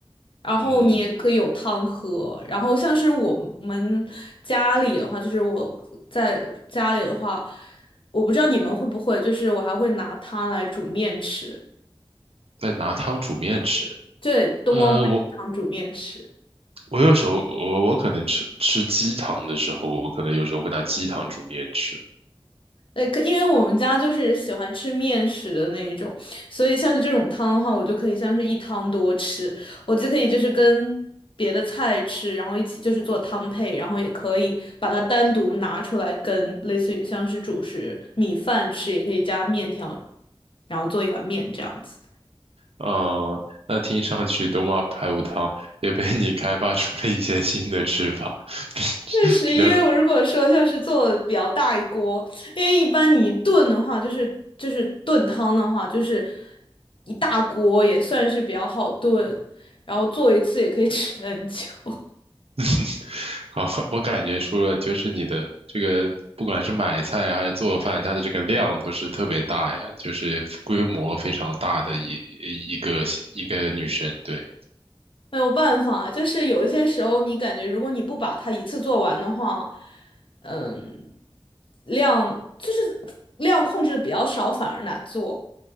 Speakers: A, on the left; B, on the right.
A: 然后你也可以有汤喝，
B: 嗯，
A: 然后像是我们我们家里的话，就是我在家里的话，我不知道你们会不会，就是我还会拿它来煮面吃，
B: 再拿汤煮面吃。
A: 对，冬瓜排骨汤煮面吃。
B: 呃，我我有时候我我可能吃吃鸡汤的时候，我可能有时候会拿鸡汤煮面吃。
A: 呃，可因为我们家就是喜欢吃面食的那一种，所以像是这种汤的话，我就可以像是一汤多吃，我就可以就是跟别的菜吃，然后一起就是做汤配，然后也可以把它单独拿出来跟类似于像是主食米饭吃，也可以加面条，然后做一碗面这样子。
B: 呃，那听上去冬瓜排骨汤也被你开发出了一些新的吃法，<laughs> 比
A: 确实，
B: 比较
A: 因为我如果说像是做比较大一锅，因为一般你炖的话，就是就是炖汤的话，就是一大锅也算是比较好炖，然后做一次也可以 <laughs> 吃很久。<laughs>
B: <laughs> 好，我感觉出了，就是你的这个，不管是买菜啊还是做饭，它的这个量都是特别大呀，就是规模非常大的一一个一个女生。对，
A: 没有办法，就是有一些时候你感觉如果你不把它一次做完的话，嗯，量就是量控制的比较少，反而难做。